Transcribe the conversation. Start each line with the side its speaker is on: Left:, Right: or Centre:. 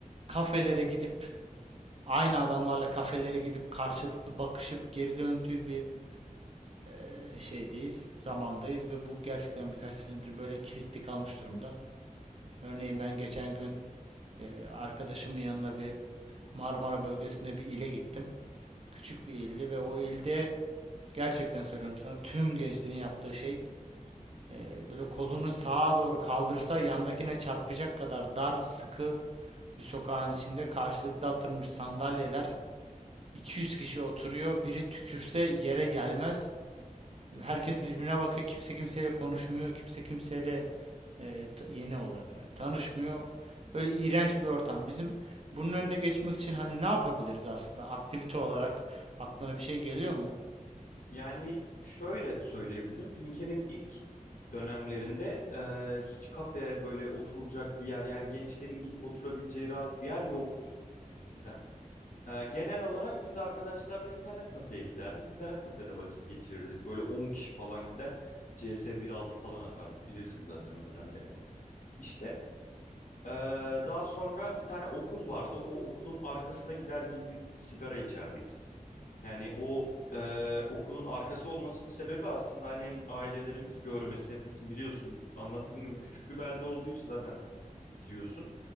Right: kafelere gidip aynı adamlarla kafelere gidip karşılıklı bakışıp geri döndüğü bir e, şeydeyiz, zamandayız ve bu gerçekten birkaç senedir böyle kilitli kalmış durumda. Örneğin ben geçen gün e, arkadaşımın yanına bir Marmara bölgesinde bir ile gittim. Küçük bir ildi ve o ilde gerçekten söylüyorum sana tüm gençlerin yaptığı şey e, böyle kolunu sağa doğru kaldırsa yandakine çarpacak kadar dar, sıkı bir sokağın içinde karşılıklı atılmış sandalyeler 200 kişi oturuyor. Biri tükürse yere gelmez. Herkes birbirine bakıyor. Kimse kimseyle konuşmuyor. Kimse kimseyle E, yeni olarak hani tanışmıyor. Öyle iğrenç bir ortam. Bizim bunun önüne geçmek için hani ne yapabiliriz aslında? Aktivite olarak aklına bir şey geliyor mu?
Left: Yani şöyle söyleyebilirim. Finike'nin ilk dönemlerinde e, hiç kafe böyle oturulacak bir yer yani gençlerin gidip oturabileceği rahat bir yer yoktu eskiden. Ee, genel olarak biz arkadaşlarla internet kafeye giderdik. İnternet kafede vakit geçirirdik. Böyle 10 kişi falan gider. CS 1.6 falan atardık. Bilirsin zaten o dönemleri. İşte ee, daha sonra bir tane okul vardı. O okulun arkasına gider gizli gizli sigara içerdik. Yani o ee, okulun arkası olmasının sebebi aslında hani hem ailelerimiz görmesin etmesin biliyorsun anlattığım gibi küçük bir belde olduğu için zaten biliyorsun.